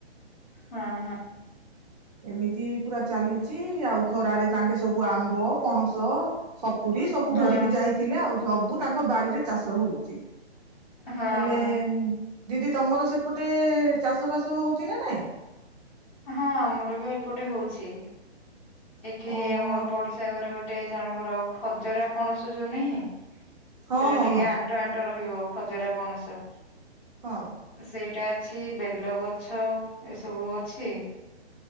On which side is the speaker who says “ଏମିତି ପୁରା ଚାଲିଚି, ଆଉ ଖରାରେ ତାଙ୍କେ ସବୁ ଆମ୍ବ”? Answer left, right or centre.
Right